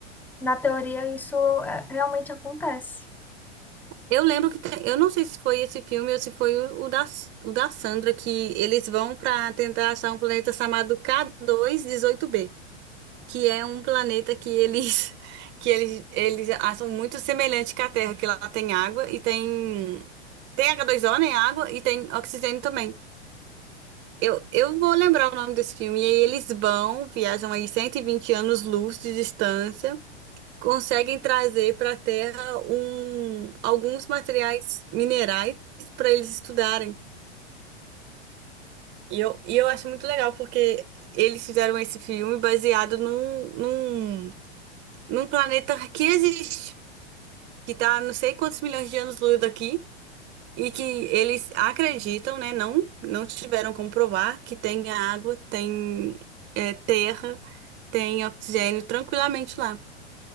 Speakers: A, in the centre; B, on the right.
A: Na teoria, isso é, realmente acontece.
B: Eu lembro que tem- eu não sei se foi esse filme ou se foi o, o da, o da Sandra que eles vão para tentar achar um planeta chamado K2-18b, que é um planeta que eles <laughs> que eles eles acham muito semelhante com a Terra, que lá tem água e tem tem H2O, né, água e tem oxigênio também. Eu, eu vou lembrar o nome desse filme. E aí eles vão, viajam aí 120 anos-luz de distância conseguem trazer para a Terra um, alguns materiais minerais para eles estudarem. E eu, e eu acho muito legal, porque eles fizeram esse filme baseado num, num, num planeta que existe, que está não sei quantos milhões de anos-luz daqui, e que eles acreditam, né? Não, não tiveram como provar que tem água, tem é, terra, tem oxigênio tranquilamente lá.